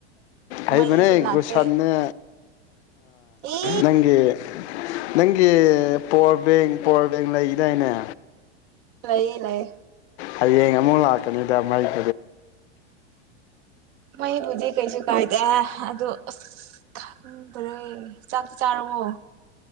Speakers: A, on the left; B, on the right.
A: ꯍꯩꯕꯅꯦ
B: ꯃꯩꯁꯨ ꯂꯥꯛꯇꯦ
A: ꯒꯨꯁꯠꯅꯦ
B: ꯑꯦ
A: ꯅꯪꯒꯤ ꯅꯪꯒꯤ ꯄꯋꯥꯔ ꯕꯦꯡ ꯄꯋꯥꯔ ꯕꯦꯡ ꯂꯩꯗꯥꯏꯅꯦ
B: ꯂꯩ ꯂꯩ
A: ꯍꯌꯦꯡ ꯑꯃꯨꯛ ꯂꯥꯛꯀꯅꯤꯗ ꯃꯥꯏ <unintelligible>
B: ꯃꯩꯕꯨꯗꯤ ꯀꯩꯁꯨ ꯀꯥꯏꯗꯦ ꯑꯗꯨ ꯑꯁ ꯈꯪꯗꯔꯦ ꯆꯥꯛ ꯆꯥꯔꯕꯣ